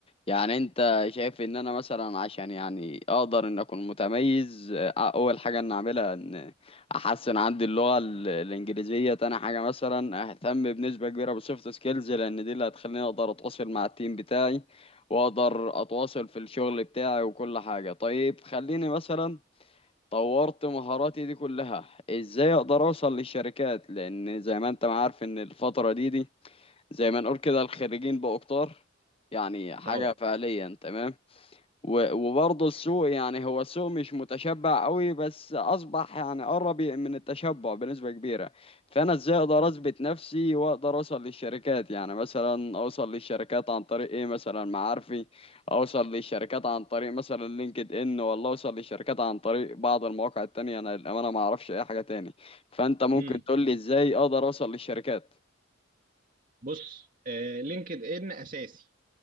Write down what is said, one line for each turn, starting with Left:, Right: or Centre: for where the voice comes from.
Left: يعني انت شايف ان انا مثلا عشان يعني اقدر ان اكون متميز اه، اول حاجة ان اعملها ان احسن عندي اللغة ال- الانجليزية تاني حاجة مثلا اهتم بنسبة كبيرة بالسوفت سكيلز لان دي اللي هتخليني اقدر اتواصل مع التيم بتاعي واقدر اتواصل في الشغل بتاعي وكل حاجة طيب خليني مثلا طورت مهاراتي دي كلها ازاي اقدر اوصل للشركات لان زي ما انت ما عارف ان الفترة دي دي زي ما نقول كده الخريجين بقوا كتار يعني حاجة
Right: طبعا
Left: فعليا تمام و- وبرضه السوق يعني هو السوق مش متشبع قوي بس أصبح يعني قرب من التشبع بنسبة كبيرة فأنا إزاي أقدر أثبت نفسي وأقدر أوصل للشركات يعني مثلا أوصل للشركات عن طريق إيه مثلا معارفي أوصل للشركات عن طريق مثلا لينكد إن ولا أوصل للشركات عن طريق بعض المواقع التانية أنا للأمانة ما أعرفش أي حاجة تاني فأنت ممكن
Right: امم
Left: تقول لي إزاي أقدر أوصل للشركات
Right: بص آه لينكد ان اساسي